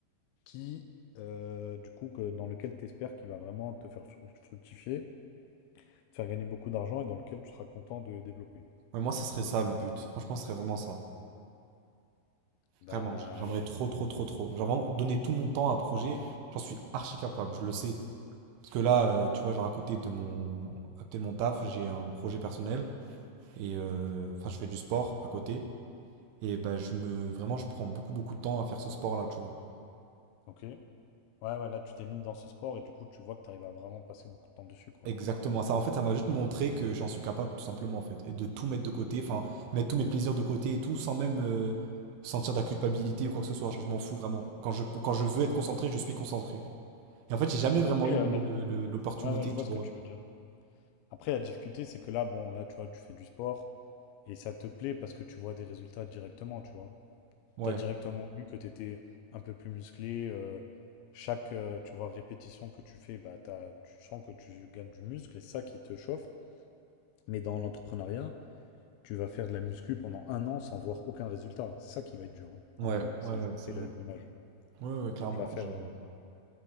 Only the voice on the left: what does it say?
qui, euh, du coup, que, dans lequel tu espères qu'il va vraiment te faire fru- fructifier, te faire gagner beaucoup d'argent et dans lequel tu seras content de développer.
Bah
alors,
ok. Ouais, ouais, là, tu t'es mis dans ce sport et du coup, tu vois que tu arrives à vraiment passer beaucoup de temps dessus, quoi.
Après,
euh,
la-
ouais,
ouais, je vois
ce
que tu veux dire. Après, la difficulté, c'est que là, bon, là, tu vois, tu fais du sport. Et ça te plaît parce que tu vois des résultats directement, tu vois.
Tu as directement vu que tu étais un peu plus musclé. euh, chaque, euh, tu vois, répétition que tu fais, bah, t'as- tu sens que tu gagnes du muscle et c'est ça qui te chauffe. Mais dans l'entrepreneuriat, tu vas faire de la muscu pendant un an sans voir aucun résultat. C'est ça qui va être dur, hein,
en gros,
si je
fais
euh, une image.
Tu vas faire...
euh,